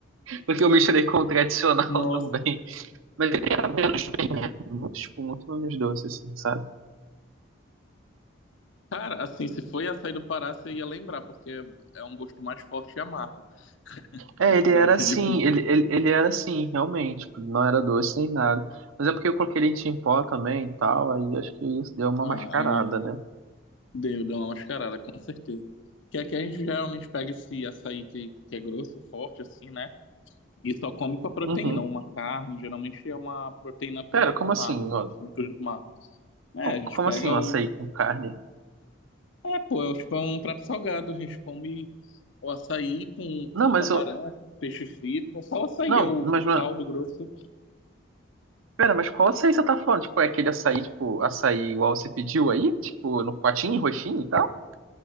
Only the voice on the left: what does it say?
nossa.
Cara, assim, se foi açaí do Pará, você ia lembrar, porque é um gosto mais forte e amargo.
Então
acho
difícil.
Ah,
aí
deu, deu uma mascarada, com certeza. Que aqui a gente geralmente pega esse açaí que, que é grosso, forte, assim, né? E só come com a proteína,
uma carne, geralmente é uma proteína do,
do
mar,
assim,
frutos do mar. É,
a gente
pega
o.
É, pô, é tipo um prato salgado, a gente come o açaí com,
com
camarão,
peixe frito, só o açaí,
é o
caldo
grosso.